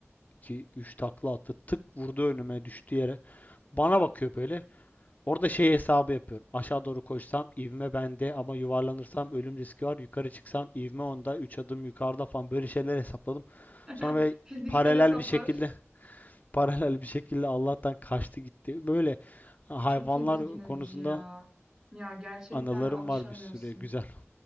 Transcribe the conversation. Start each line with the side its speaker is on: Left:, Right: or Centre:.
Left: iki, üç takla attı. Tık vurdu önüme düştü yere. Bana bakıyor böyle. Orada şey hesabı yapıyorum. Aşağı doğru koşsam ivme bende ama yuvarlanırsam ölüm riski var. Yukarı çıksam ivme onda. Üç adım yukarıda falan böyle şeyler hesapladım. Sonra
Right: <laughs>
Left: böyle
Right: Fiziksel
Left: paralel
Right: hesaplar
Left: bir şekilde <laughs> paralel bir şekilde Allah'tan kaçtı gitti. Böyle hayvanlar
Right: çok tedirgin edici
Left: konusunda
Right: ya. Ya gerçekten
Left: anılarım
Right: alışamıyorsun.
Left: var bir sürü güzel.